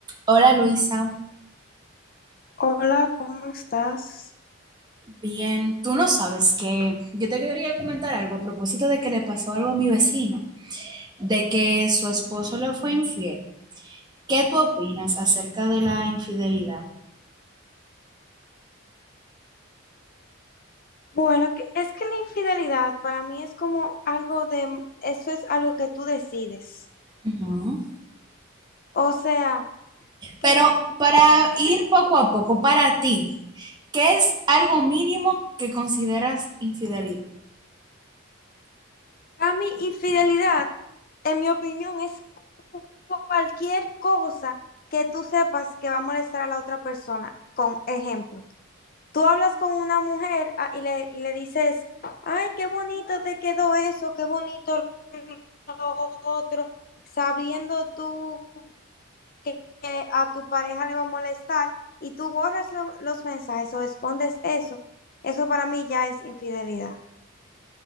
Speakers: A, on the right; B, on the left.
A: Hola Luisa,
B: Hola, ¿cómo estás?
A: bien, tú no sabes que yo te quería comentar algo a propósito de que le pasó algo a mi vecino, de que su esposo le fue infiel. ¿Qué tú opinas acerca de la infidelidad?
B: Bueno, que- es que la infidelidad para mí es como algo de, eso es algo que tú decides.
A: Ujú.
B: O sea, que
A: Pero para
B: es
A: ir
B: que
A: poco a poco, para ti, ¿qué es algo mínimo que consideras infidelidad?
B: para mí infidelidad, en mi opinión, es cualquier cosa que tú sepas que va a molestar a la otra persona. Con ejemplo, tú hablas con una mujer ah, y le, y le dices, ay, qué bonito te quedó eso, qué bonito lo otro, sabiendo tú. que, a tu pareja le va a molestar y tú borras lo- los mensajes o escondes eso, eso para mí ya es infidelidad.